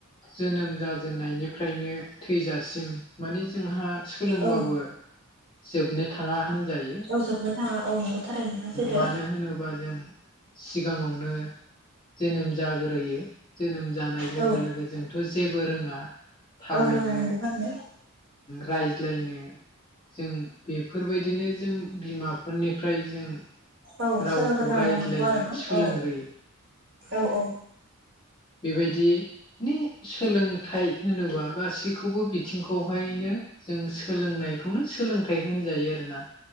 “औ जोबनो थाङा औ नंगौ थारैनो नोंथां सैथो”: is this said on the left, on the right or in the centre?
Right